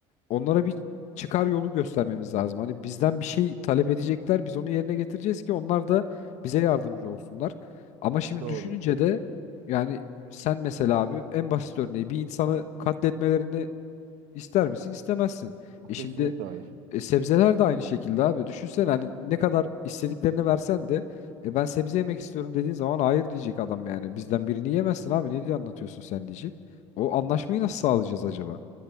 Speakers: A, on the left (about 60°); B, on the right (about 70°).
A: onlara bir çıkar yolu göstermemiz lazım. Hani bizden bir şey talep edecekler. Biz onu yerine getireceğiz ki onlar da bize yardımcı olsunlar. Ama şimdi
B: doğru
A: düşününce de yani sen mesela abi en basit örneği bir insanı katletmelerini İster misin? istemezsin. E
B: kesinlikle
A: şimdi
B: hayır.
A: e, sebzeler de aynı şekilde abi. Düşünsene hani ne kadar istediklerini versen de e, ben sebze yemek istiyorum dediğin zaman hayır diyecek adam yani. Bizden birini yemezsin abi. Ne diye anlatıyorsun sen diyecek. O anlaşmayı nasıl sağlayacağız acaba?